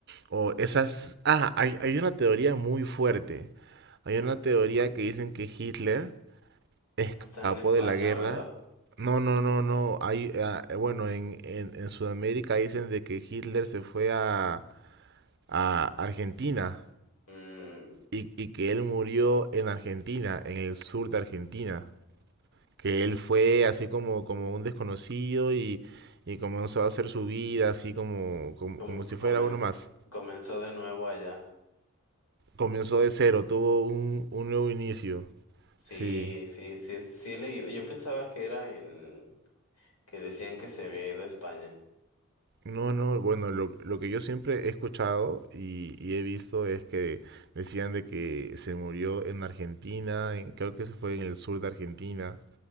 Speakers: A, on the right; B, on the left.
A: o esas... Ah, hay, hay una teoría muy fuerte, hay una teoría que dicen que Hitler escapó
B: Está en España,
A: de la guerra.
B: ¿verdad?
A: No, no, no, no, hay, ah, bueno, en, en, en Sudamérica dicen de que Hitler se fue a a Argentina
B: Mm,
A: y, y que él murió en Argentina, en el sur de Argentina, que
B: ya,
A: él fue así como, como un desconocido y, y comenzó a hacer su vida así como, como,
B: com-
A: como si
B: comenz-
A: fuera uno más.
B: comenzó de nuevo allá.
A: Comenzó de cero, tuvo un, un nuevo inicio.
B: Sí,
A: Sí.
B: sí, sí, es- sí he leído. Yo pensaba que era en, que decían que se había ido a España.
A: No, no, bueno, lo, lo que yo siempre he escuchado y, y he visto es que decían de que se murió en Argentina, en, creo que se fue en el sur de Argentina